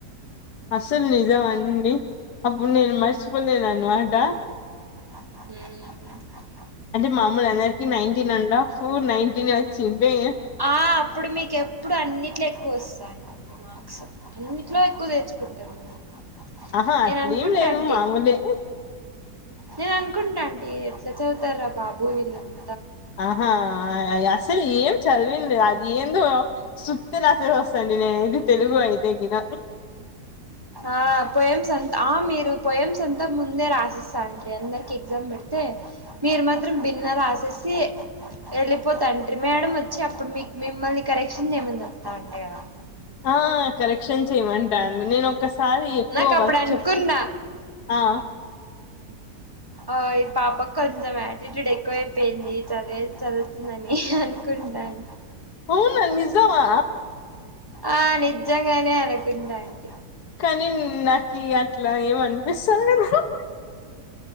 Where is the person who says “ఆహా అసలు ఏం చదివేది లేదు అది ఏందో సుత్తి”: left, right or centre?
Left